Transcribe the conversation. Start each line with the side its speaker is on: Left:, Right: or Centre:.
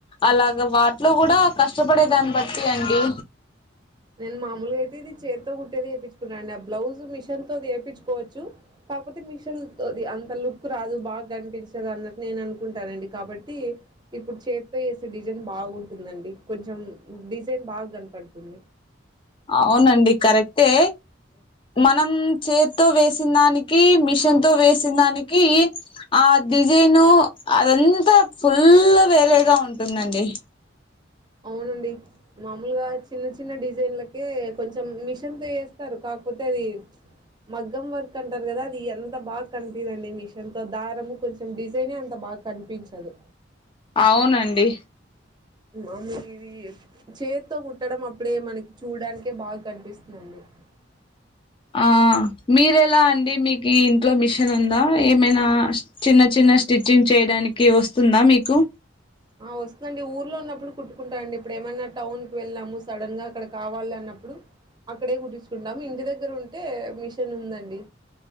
Left: అలాగ వాటిలో కూడా కష్టపడే దాన్ని బట్టి అండి.
Right: నేను మామూలుగా అయితే ఇది చేత్తో కుట్టేది వేయించుకున్నా అండి ఆ బ్లౌజ్ మిషన్ తో అది వేయించుకోవచ్చు. కాకపోతే మిషన్తోది అంతలుక్. కు రాదు బాగా కనిపించదు అన్నట్టు నేను అనుకుంటానండి కాబట్టి. ఇప్పుడు చేతితో వేసే డిజైన్ బాగుంటుందండి కొంచెం డిజైన్ బాగా కనపడుతుంది.
Left: అవునండి కరెక్టే. మనం చేతితో వేసిన దానికి మిషన్ తో వేసిన దానికి. ఆ డిజైను అదంతా ఫుల్ వేరేగా ఉంటుందండి.
Right: అవునండి. మామూలుగా చిన్న చిన్న డిజైన్లకే కొంచెం మిషన్ తో వేస్తారు కాకపోతే అది. మగ్గం వర్క్ అంటారు కదా అది ఎన్. అంత బాగా కనిపిందండి మిషన్ తో దారము కొంచం డిజైన్ అంత బాగా కనిపించదు.
Left: అవునండి.
Right: మామూ ఇది చేతితో కుట్టడం అప్పుడే మనకి చూడడానికే బాగా కనిపిస్తుందండి. అ
Left: ఆ మీరెలా అండి మీకు ఇంట్లో మిషన్ ఉందా ఏమైనా. చిన్న చిన్న స్టిచ్చింగ్ చేయడానికి వస్తుందా మీకు.
Right: ఆ వస్తుందండి ఊర్లో ఉన్నప్పుడు కుట్టుకుంటాండి ఇప్పుడు ఏమైనా టౌన్ కి వెళ్ళాము సడన్ గా అక్కడ కావాలి అన్నప్పుడు. అక్కడే కుట్టిచ్చుకుంటాము ఇంటి దగ్గర ఉంటే మిషన్ ఉందండి